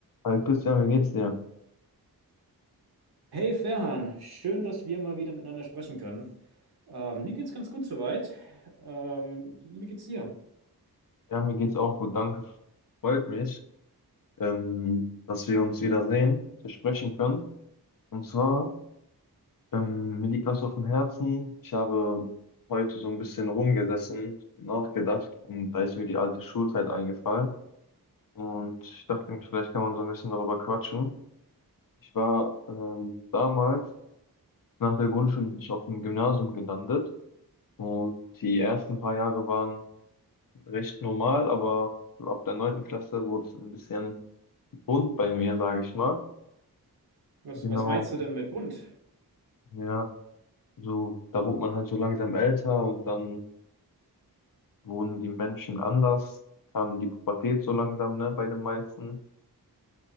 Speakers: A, on the left; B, on the right.
A: Hi Christian, wie geht's dir?
B: Hey Ferhan, schön, dass wir mal wieder miteinander sprechen können. Ähm, mir geht's ganz gut soweit. Ähm, wie geht's dir?
A: Ja, mir geht's auch gut, danke. Freut mich, ähm, dass wir uns wiedersehen, dass wir sprechen können. Und zwar, ähm, mir liegt was auf dem Herzen. Ich habe heute so ein bisschen rumgesessen, nachgedacht und da ist mir die alte Schulzeit eingefallen. Und ich dachte mir, vielleicht kann man so ein bisschen darüber quatschen. Ich war ähm, damals, nach der Grundschule bin ich auf dem Gymnasium gelandet und die ersten paar Jahre waren recht normal, aber so ab der neunten Klasse wurde es ein bisschen bunt bei mir, sage ich mal.
B: Was,
A: Genau,
B: was meinst du denn mit bunt?
A: ja. So, da wurde man halt so langsam älter und dann wurden die Menschen anders, kam die Pubertät so langsam, ne, bei den meisten.